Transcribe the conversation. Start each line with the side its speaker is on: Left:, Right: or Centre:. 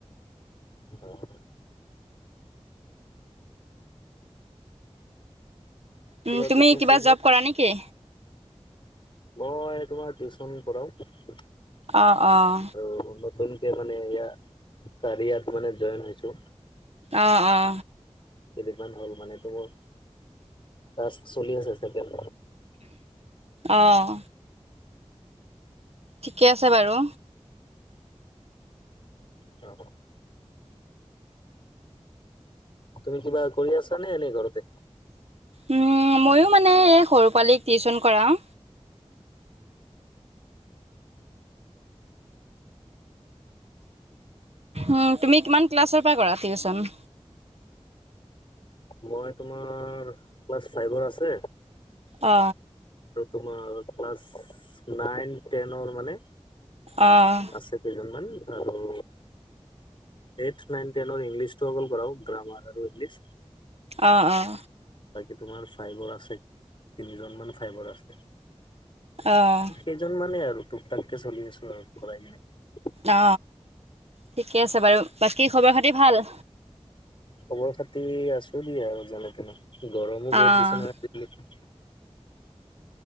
Left: আহ
Right: উম,
Left: কিবা
Right: তুমি
Left: বিজনেচ চিজনেচ
Right: জব কৰা নেকি?
Left: মই তোমাৰ টিউচন পঢ়াও।
Right: অঁ অঁ
Left: আৰু নতুনকে মানে ইয়া কেৰিয়াত মানে জইন হৈছো
Right: অ অ
Left: কেইদিনমান হ'ল মানে এইটো মোৰ টাক্স চলি আছে চাগে
Right: অঁ ঠিকে আছে বাৰু।
Left: অ তুমি কিবা কৰি আছা নে এনেই ঘৰতে
Right: উ ময়ো মানে এই সৰু পোৱালিক টিউচন কৰাও। উম তুমি কিমান ক্লাছৰ পৰা কৰা টিউচন
Left: মই তোমাৰ ক্লাছ ফাইভৰ আছে।
Right: অ
Left: তোমাৰ ক্লাচ নাইন টেনৰ মানে
Right: অ',
Left: আছে কেইজনমান আৰু এইত নাইন টেন ইংলিছটো অকল কৰা গ্ৰামাৰ আৰু ইংলিছ
Right: অঁ অঁ
Left: বাকী তোমাৰ ফাইবাৰ আছে তিনিজনমান ফাইবৰ আছে।
Right: অ',
Left: কেইজনমানে আৰু টুক -টাককে চলি আছো আৰু ঘৰাই কিনে
Right: অ ঠিকে আছে বাৰু বাকী খবৰ খাতি ভাল।
Left: খবৰ খাতি আছো দিয়ে আৰু যেনে তেনে গৰমো বহুত
Right: অ'।
Left: দিছে নহয় আজি কা। হয়।